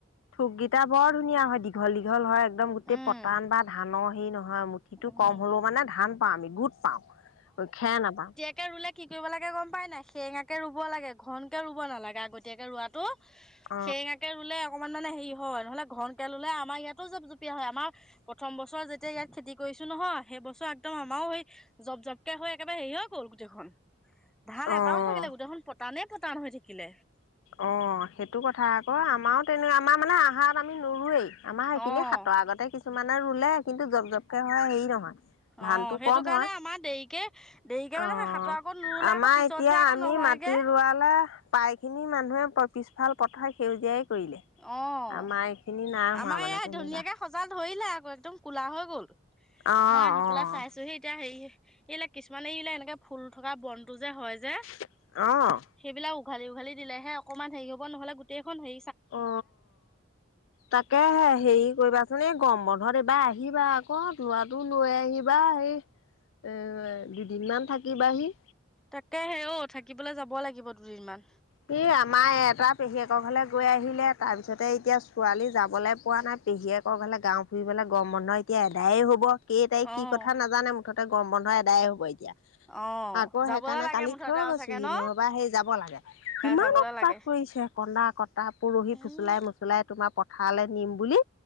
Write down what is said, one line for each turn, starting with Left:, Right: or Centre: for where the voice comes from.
Left: থোককেইটা বৰ ধুনীয়া হয় দীঘল দীঘল হয় একদম গোটেই
Centre: উম
Left: পতান বা ধানৰ হেই নহয় মুঠিতো
Centre: উম
Left: কম হ'লেও মানে ধান পাওঁ আমি গোট পাওঁ, খেৰ নাপাওঁ।
Centre: সেয়া ৰুলে কি কৰিব লাগে গম পাই নাই, সেৰেঙাকে ৰুব লাগে ঘন কে ৰুব নালাগে আগতীয়াকে ৰোৱাটো।
Left: অ',
Centre: সেৰেঙাকে ৰুলে অকণমান মানে হেৰি হয়। নহ'লে ঘনক ললে আমাৰ ইয়াতো জপ জুপিয়া হয় আমাৰ প্ৰথম বস্তু বছৰ যেতিয়া ইয়াত খেতি কৰিছো নহয় সেই বছৰ একদম আমাৰও সেই জপ জপীয়া হৈ একেবাৰে হেৰি হৈ গ'ল গোটেইখন। ধান
Left: অ',
Centre: এটাও নাথাকিলে গোটেইখন পতানেই পতান হৈ থাকিলে।
Left: অ সেইটো কথা আকৌ। আমাৰো তেনেক আমাৰ মানে আহাৰত আমি নুৰোৱেই। আমাৰ সেইখিনি
Centre: অ'
Left: সাতৰ আগতে কিছুমানে ৰুলে কিন্তু জব জপ হয় হেৰি নহয়, ধানতটো
Centre: অ', সেইটো
Left: কম
Centre: কাৰণে
Left: হয়
Centre: আমাৰ দেৰিকে দেৰিকে মানে
Left: অ।
Centre: হাতৰ আগত নোৰুলে
Left: আমাৰ
Centre: আকৌ পিছত
Left: এতিয়া
Centre: যে আকৌ
Left: আমি
Centre: নহয়গে
Left: মাটি ৰোৱালে প্ৰায়খিনি মানুহে পিছফাল পথাৰ সেউজীয়াই কৰিলে।
Centre: অ আমাৰ
Left: এইখিনি নাই হোৱা মানে
Centre: ইয়া
Left: তেনেকুৱা
Centre: ধুনীয়াকে সজাল ধৰিলে আকৌ একদম কোলা হৈ গ'ল। মই
Left: অ',
Centre: আহি
Left: অ',
Centre: পেলাই চাইছোহি এতিয়া হেৰি এইবিলাক কিছুমানে এইবিলাক এনেকে ফুল থকা বনটো যে হয় যে।
Left: অ।
Centre: সেইবিলাক উঘালি উঘালি দিলে অকমান হে হ'ব নহ'লে গোটেইখন হে
Left: অ তাকে হেৰি কৰিবাচোন এই গম বন্ধত এইবাৰ আহিবা আকৌ ল'ৰাটো লৈ আহিব কিবা সেই এ দুদিনমান থাকিবাহি।
Centre: তাকে হে ঔ থাকিবলৈ যাব লাগিব দুদিনমান।
Left: ই আমাৰ এটা পেহীয়েকৰ ঘৰলে গৈ আহিলে তাৰ পিছতে এতিয়া ছোৱালী যাবলৈ পোৱা নাই পেহীয়েক- আকৌ কাইলে গাঁও ফুৰিব গৰম বন্ধ এতিয়া এদায়ে হ'ব। কেই তাৰিখ
Centre: অ',
Left: কি কথা নাজানে মুঠতে গৰম বন্ধ এদায় হব এতিয়া।
Centre: অ',
Left: আকৌ
Centre: যাবলৈ
Left: সেইকাৰণে
Centre: লাগে
Left: কালি
Centre: মুঠতে
Left: থৈ
Centre: আৰু
Left: গৈছোহি
Centre: চাগে ন?
Left: নহ'বা সেই যাব লাগে। কিমান
Centre: যাবলৈ
Left: উৎপাত
Centre: লাগে
Left: কৰিছে কন্দা কটা পৰহি
Centre: উম,
Left: ফুচুলাই মচুলাই তোমাৰ পথাৰলৈ নিম বুলি।